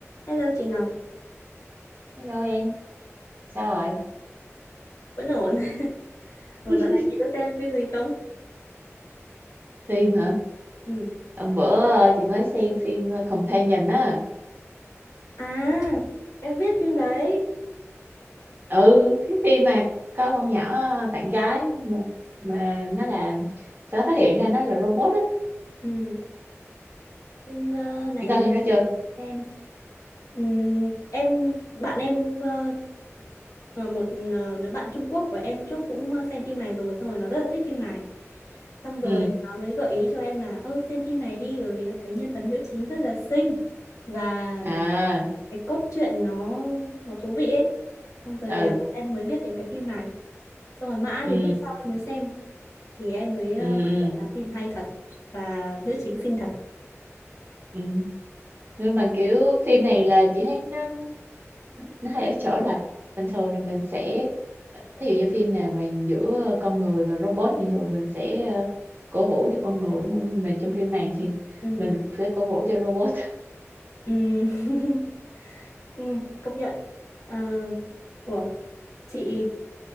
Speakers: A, on the left (about 90°); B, on the right (about 40°).
A: Hello chị Ngọc,
B: Hello em, sao rồi?
A: vẫn ổn. <laughs> Ủa
B: <laughs>
A: dạo này chị có xem phim gì không?
B: Phim hả?
A: Ừ.
B: Hôm bữa ờ, chị mới xem phim ờ, Companion á.
A: À, em biết phim đấy.
B: Ừ, cái phim mà có con nhỏ ờ, bạn gái mà mà nó là sẽ phát hiện ra nó là robot á.
A: Ừ. Phim ờ, này
B: Em coi phim đó
A: ờ,
B: chưa?
A: em ừm, em bạn em ờ, ờ, một ờ, đứa bạn Trung Quốc của em trước cũng ờ, xem phim này rồi xong rồi nó rất là thích phim này. Xong rồi
B: Ừ.
A: nó mới gợi ý cho em là ơ xem phim này đi bởi vì nó thấy nhân vật nữ chính rất là xinh và
B: À,
A: cái cốt truyện nó nó thú vị ấy xong rồi
B: ừ.
A: à, em mới biết đến cái phim này xong rồi mãi
B: Ừ.
A: đến lúc sau em mới xem thì em mới ờ,
B: Ừ. Ừ.
A: công nhận là phim hay thật và nữ chính xinh thật
B: ừ. Nhưng mà kiểu phim này là chị thấy nó nó hay ở chỗ là bình thường là mình sẽ thí dụ như phim nào mà giữa con người và robot thì thường mình sẽ ờ, cổ vũ cho con người đúng không nhưng mà trong phim này thì
A: ừ,
B: mình sẽ cổ vũ cho robot
A: ừ, <laughs> ừ, công nhận Ờ, ủa chị